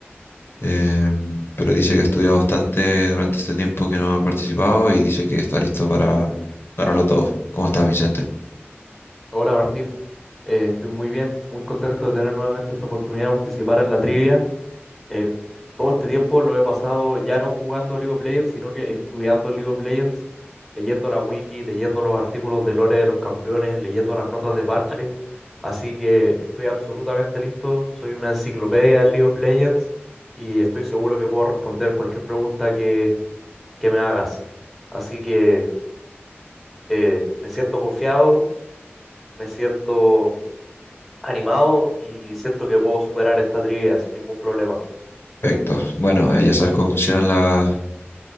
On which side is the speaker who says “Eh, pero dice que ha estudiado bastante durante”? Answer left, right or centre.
Left